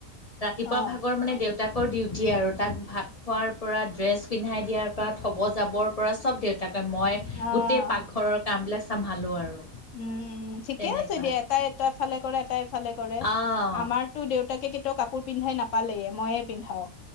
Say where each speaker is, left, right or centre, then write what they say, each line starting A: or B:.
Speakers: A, on the left; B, on the left.
A: ৰাতিপুৱা
B: অ
A: ভাগৰ মানে দেউতা দেউতাকৰ ডিউটি আৰু তাক ভাত খোৱাৰ পৰা ড্ৰেছ পিন্ধাই দিয়াৰ পৰা থ'ব যাবৰ পৰা সব দেউতাক। মই
B: অ
A: গোটেই পাকঘৰৰ কামবিলাক চম্ভালো আৰু।
B: উম ঠিকে
A: তেনেকুৱা
B: আছে দিয়া এটাই এটা ফালে কৰে এটাই- ফালে কৰে
A: অ'
B: আমাৰতো দেউতাকে কেতিয়াও কাপোৰ পিন্ধাই নাপালেয়ে মইয়ে পিন্ধাও।